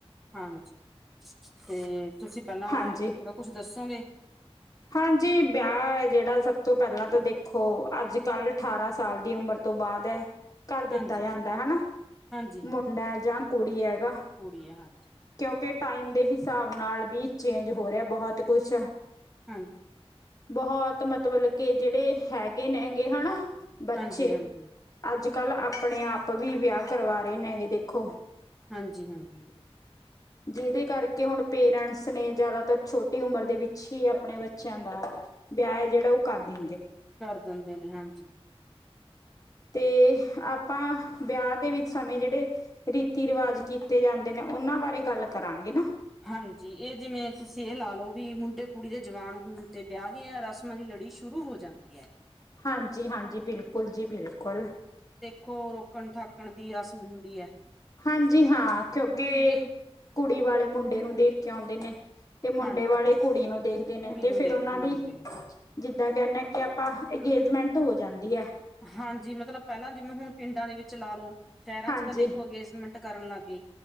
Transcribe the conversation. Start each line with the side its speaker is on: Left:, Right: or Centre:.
Centre: ਹਾਂਜੀ ਤੇ ਤੁਸੀਂ ਪਹਿਲਾਂ
Left: ਹਾਂਜੀ।
Centre: ਥੋੜਾ ਕੁਛ ਦੱਸੋਗੇ?
Left: ਹਾਂਜੀ ਵਿਆਹ ਹੈ ਜਿਹੜਾ ਸਭ ਤੋਂ ਪਹਿਲਾਂ ਤਾਂ ਦੇਖੋ ਅੱਜ ਕੱਲ ਅਠਾਰਾਂ ਸਾਲ ਦੀ ਉਮਰ ਤੋਂ ਬਾਅਦ ਹੈ। ਕਰ ਦਿੱਤਾ
Centre: ਹਾਂਜੀ
Left: ਜਾਂਦਾ ਹੈਨਾ
Centre: ਹਾਂਜੀ ਹਾਂਜੀ
Left: ਮੁੰਡਾ ਜਾਂ, ਕੁੜੀ ਹੈਗਾ।
Centre: ਕੁੜੀ ਹੈ ਹਾਂਜੀ
Left: ਕਿਉਂਕਿ ਟਾਈਮ ਦੇ ਹਿਸਾਬ ਨਾਲ ਵੀ ਚੇਂਜ ਹੋ ਰਿਹਾ ਬਹੁਤ ਕੁਛ।
Centre: ਹਾਂਜੀ।
Left: ਬਹੁਤ ਮਤਲਬ ਕੇ ਜਿਹੜੇ ਹੈਗੇ ਨੇ ਹੈਗੇ ਹਨਾ ਬੱਚੇ
Centre: ਹਾਂਜੀ ਹਾਂਜੀ
Left: ਅੱਜ ਕੱਲ੍ਹ ਆਪਣੇ ਆਪ ਵੀ ਵਿਆਹ ਕਰਵਾ ਰਹੇ ਨੇਗੇ ਦੇਖੋ
Centre: ਹਾਂਜੀ ਹਾਂਜੀ
Left: ਜਿਹਦੇ ਕਰਕੇ ਹੁਣ ਪੇਰੈਂਟਸ ਨੇ ਜ਼ਿਆਦਾਤਰ ਛੋਟੀ ਉਮਰ ਦੇ ਵਿੱਚ ਅਛੀ ਆਪਣੇ ਬੱਚਿਆਂ ਦਾ ਵਿਆਹ ਹੈ ਜਿਹੜਾ ਉਹ ਕਰਦੀ
Centre: ਕਰ ਦਿੰਦੇ ਨੇ ਹਾਂਜੀ
Left: ਤੇ ਆਪਾਂ ਵਿਆਹ ਦੇ ਵਿੱਚ ਸਮੇਂ ਜਿਹੜੇ ਰੀਤੀ ਰਿਵਾਜ ਕੀਤੇ ਜਾਂਦੇ ਨੇ ਉਹਨਾਂ ਬਾਰੇ ਗੱਲ ਕਰਾਂਗੇ ਨਾ
Centre: ਹਾਂਜੀ ਇਹ ਜਿਵੇਂ ਤੁਸੀਂ ਇਹ ਲਾ ਲੋਓ ਵੀ ਮੁੰਡੇ ਕੁੜੀ ਦੇ ਜਵਾਨ ਹੋਣ ਤੇ ਵਿਆਹ ਦੀਆਂ ਰਸਮਾਂ ਦੀ ੜੀ ਸ਼ੁਰੂ ਹੋ ਜਾਂਦੀ ਹੈ
Left: ਹਾਂਜੀ ਹਾਂਜੀ ਬਿਲਕੁਲ ਜੀ ਬਿਲਕੁਲ
Centre: ਖੋ ਰੋਕਣ ਠਾਕਣ ਦੀ ਰਸਮ ਹੁੰਦੀ ਹੈ।
Left: ਹਾਂਜੀ ਹਾਂ ਕਿਉਂਕਿ
Centre: ਠੀਕ ਹੈ ਜੀ
Left: ਕੁੜੀ ਵਾਲੇ ਮੁੰਡੇ ਨੂੰ ਦੇਖ ਕੇ ਆਉਂਦੇ ਨੇ। ਤੇ ਮੁੰਡੇ
Centre: ਹਾਂਜੀ
Left: ਵਾਲੇ ਕੁੜੀ ਨੂੰ ਦੇਖਦੇ ਨੇ
Centre: ਕੁੜੀ
Left: ਤੇ
Centre: ਨੂੰ
Left: ਫਿਰ
Centre: ਦੇਖਣ
Left: ਉਹਨਾਂ ਦੀ
Centre: ਆਉਂਦੇ ਨੇ
Left: ਤੇ ਮੈ ਕਹਿਆ ਅੰਗੇਜਮੈਂਟ ਹੋ ਜਾਂਦੀ ਹੈ
Centre: ਹਾਂਜੀ ਮਤਲਬ ਪਹਿਲਾਂ ਜਿਵੇਂ ਹੁਣ ਪਿੰਡਾਂ ਦੇ ਵਿੱਚ ਲਾ ਲਓ ਸ਼ਹਿਰਾਂ
Left: ਹਾਂਜੀ
Centre: ਚ ਤਾਂ ਦੇਖੋ ਅੰਗੇਜਮੈਂਟ ਕਰਨ ਲੱਗ ਗਏ